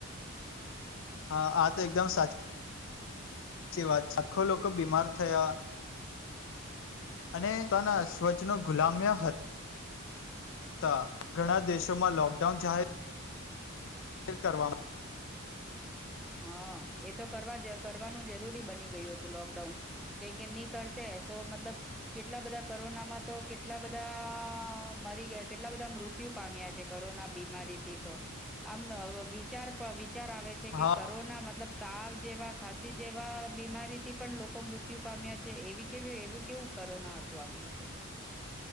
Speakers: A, on the left; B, in the centre.
A: હા આ તો એકદમ સાચી -' ચી વાત છે, છાકો લોકો બીમાર થયા. અને પોતાના સ્વચનો ગુલામ્યા હ તા, ઘણા દેશોમાં લોકડાઉન જાહે ર કરવામાં
B: હા, એતો કરવા દે કરવાનું જરૂરી બની ગયું હતું લોકડાઉન, કેમ કે નહી કરતે તો મતલબ કેટલા બધા કરોનામાં તો કેટલા બધા મરી ગયા કેટલા બધા મૃત્યુ પામ્યા છે કરોના બીમારીથી તો, આમ વિચાર વિ ચાર આવે છે કે
A: હા
B: કરોના મતલબ તાવ જેવા ખાંસી જેવા બીમારીથી પણ લોકો મૃત્યુ પામ્યા છે, એવી કેવી એવું કેવું કરોના હતું આવી રીતે,